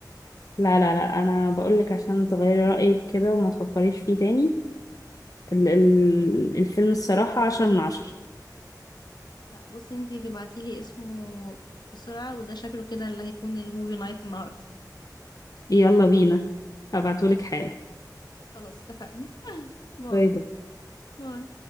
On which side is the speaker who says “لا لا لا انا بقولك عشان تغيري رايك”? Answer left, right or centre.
Left